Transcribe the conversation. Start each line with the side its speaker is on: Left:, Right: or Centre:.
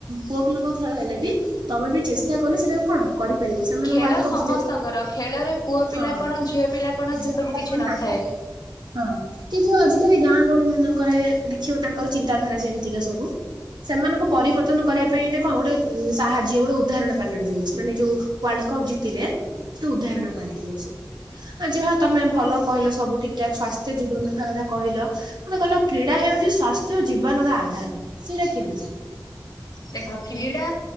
Right: ପୁଅ ପିଲାଙ୍କ ଖେଳ ହେଲେ ବି ତମେ ବି ଚେଷ୍ଟା କଲେ ସେଟାକୁ କଣ କରିପାରିବ ସେମାନେ
Left: ଖେଳ
Right: ୱାର୍ଲଡ କପ୍
Left: ସମସ୍ତଙ୍କର
Right: ଜିତେଇଲେ
Left: ଖେଳରେ ପୁଅ ପିଲା
Right: ହଁ।
Left: କଣ ଝିଅ ପିଲା କଣ
Right: ଝିଅପିଲା
Left: ଶେଷବୁ କିଛି
Right: କରୁନାହାନ୍ତି
Left: ନଥାଏ।
Right: ହଁ କିନ୍ତୁ ଆଜିକାଲି ଗାଁ ଗହଳି ମାନଙ୍କରେ ଦେଖିବ ତାଙ୍କର ଚିନ୍ତାଧାରା ଯେମିତିକା ସବୁ। ସେମାନଙ୍କୁ ପରିବର୍ତ୍ତନ କରିବା ପାଇଁ ଏଇଟା କଣ ଗୋଟେ ସାହାଯ୍ୟ ଗୋଟେ ଉଦାହରଣ ପାଲଟି ଯାଇଛି ମାନେ ଯୋଉ ୱାର୍ଲଡ କପ୍ ଜିତିଲେ ତ ଉଦାହରଣ ପାଲଟି ଯାଉଚି। ଆଜି ହଁ ତମେ ଭଲ କହିଲ ସବୁ ଠିକ୍ ଠାକ୍ ସଵାସ୍ଥ୍ୟ ଜୀବନ ରଖା କଥା କହିଲ। ମତେ କହିଲ କ୍ରୀଡ଼ା ହେଉଚି ସ୍ଵାସ୍ଥ୍ୟ ଜୀବନର ଆଧାର ସେଇଟା କେମିତି?
Left: ଦେଖ କ୍ରୀଡ଼ା